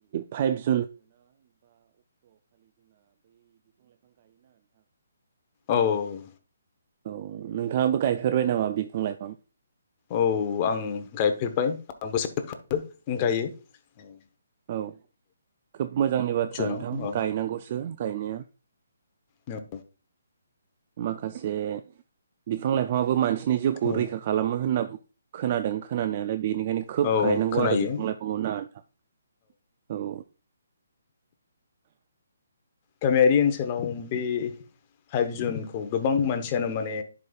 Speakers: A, on the right; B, on the left.
A: फाइलस
B: औ औ औ
A: औ नोंथाङाबो गायफेरबाय नामा बिफां लाइफां?
B: औ आं गायफेरबाय आं हो <unintelligible> गायो औ
A: औ खोब मोजांनि बाथ्रा
B: जुनाव
A: नोंथां
B: औ
A: गायनांगौसो गायनाया
B: नंगौ
A: माखासे बिफां लाइफाङाबो मानसि जिउखौ
B: औ
A: रैखा खालामो होननानै खोनादों खोनानायालाय बेनिखायनो खोब
B: औ
A: गायनांगौ
B: खोनायो
A: आरो बिफां लाइफांखौ ना नोंथां औ
B: गामियारि ओनसोलाव बे फाइभ जुनखौ गोबां मानसियानो माने